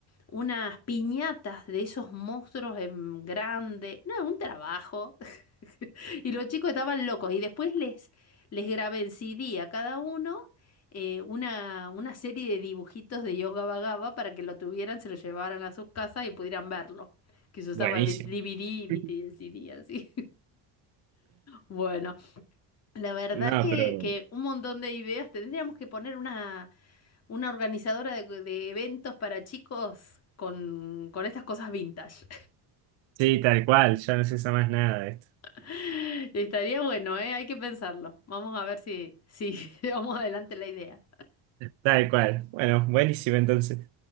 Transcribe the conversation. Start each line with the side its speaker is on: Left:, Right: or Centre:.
Left: unas piñatas de esos monstruos en grande, no, un trabajo. <laughs> Y los chicos estaban locos. Y después les, les grabé en CD a cada uno eh, una, una serie de dibujitos de Yoga Vagaba para que lo tuvieran, se lo llevaran a sus casas y pudieran verlo. Que se usaba
Right: buenísimo.
Left: el DVD, viste,
Right: <laughs>
Left: y el CD así. <laughs> Bueno, la verdad
Right: No,
Left: que,
Right: pero
Left: que un montón de ideas. Tendríamos que poner una, una organizadora de, de eventos para chicos con, con estas cosas vintage.
Right: sí, tal cual, ya no se usa más nada de esto.
Left: <laughs> Estaría bueno, ¿eh? Hay que pensarlo. Vamos a ver si, si <laughs> llevamos adelante la idea.
Right: Tal cual. Bueno, buenísimo entonces.